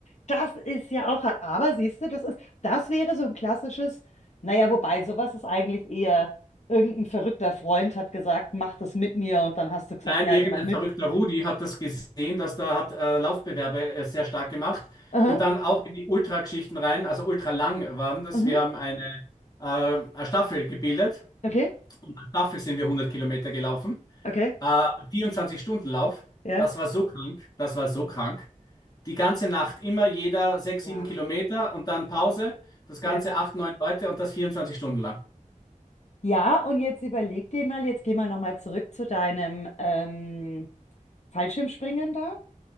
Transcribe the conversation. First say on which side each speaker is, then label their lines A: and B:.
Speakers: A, on the left; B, on the left.
A: Das ist ja auch, aber siehst du, das ist, das wäre so ein klassisches, naja, wobei sowas ist eigentlich eher, irgendein verrückter Freund hat gesagt, mach das mit mir und dann hast du gesagt,
B: Nein,
A: ja,
B: irgendein
A: ich mach mit.
B: verrückter Rudi hat das gesehen, dass da hat äh, Laufbewerbe äh, sehr stark gemacht
A: Aha,
B: und dann auch in die Ultrageschichten rein, also ultralang waren das.
A: mhm.
B: Wir haben eine, äh, eine Staffel gebildet
A: Okay,
B: und als Staffel sind wir 100 Kilometer gelaufen.
A: okay,
B: Äh, 24-Stunden-Lauf,
A: ja.
B: das war so krank, das war so krank. Die ganze Nacht immer jeder 6
A: Wow.
B: 7 Kilometer und dann Pause, das Ganze
A: Ja.
B: 8 9 Leute und das 24 Stunden lang.
A: Ja, und jetzt überleg dir mal, jetzt gehen wir nochmal zurück zu deinem ähm, Fallschirmspringen da.